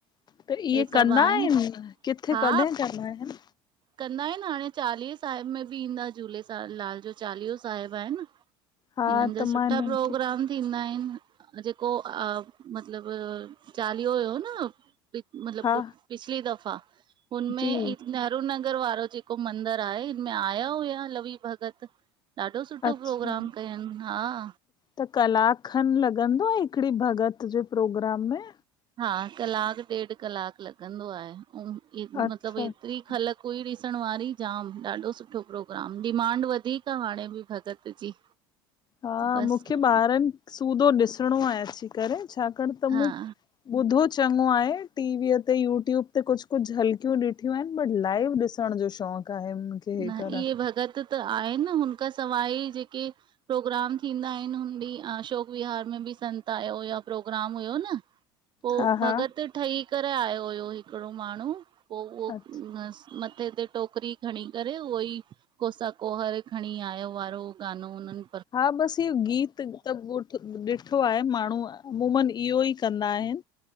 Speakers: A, on the left; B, on the right.
A: त इहे
B: सभु
A: कंदा
B: आहिनि
A: आहिन किथे
B: हा
A: कॾहिं कंदा आहिन?
B: कंदा आहिन हाणे चालीहे साहिब में बि ईंदा झूलेलालेलाल जो चालीहो साहिब आहिन।
A: हा
B: हिनन जा
A: त
B: सुठा
A: मां हिननि
B: प्रोग्राम
A: खे
B: थींदा आहिन जेको मतलब चालीहो हुयो नं मतलब
A: हा
B: पिछली दफ़ा हुनमें
A: जी
B: इत ेरु <inaudible> नगर वारो जेको मंदिर आहे हिनमें आया हुया लवी भगत ॾाढो सुठो
A: अच्छा
B: प्रोग्राम कयनि हां।
A: त कलाक खन लॻंदो आहे हिकिड़े भॻत जे प्रोग्राम में।
B: हा कलाक ॾेढ कलाक लॻंदो आहे ऐं
A: अच्छा
B: मतलब
A: अच्छा
B: एतिरी ख़लक कोई ॾिसण वारी जाम ॾाढो सुठो प्रोग्राम डिमांड वधीक हाणे बिं भॻत जी। <inaudible>
A: हां
B: बसि
A: मूंखे ॿारनि सूदो ॾिसणो आहे अची करे छाकाणि त
B: हा
A: म ॿुधो चङो आहे टीवीअ ते यूट्यूब ते कुछ कुछ जल्कियूं ॾिठियूं आहिन बट लाइव ॾिस ॾिसण जो शौक़ आहे। हे
B: न
A: करण
B: इहे भगत त आहिन हुनखां सवाइ जेके प्रोग्राम थींदा आहिन हुनॾ अशोक विहार में बिं संत आयो या प्रोग्राम हुयो न पो
A: हा
B: भॻत
A: हा
B: ठही करे आयो हुयो हिकिड़ो माण्हू। पो उहो
A: अच्छा
B: मथे ते टोकरी खणी। करे उहो ई कोसा कोहर खणी आयो वारो गानो उननि
A: हां बस इयो गीत त <unintelligible> ॾिठो आहे माण्हू मुमूमन इहो ई कंदा आहिन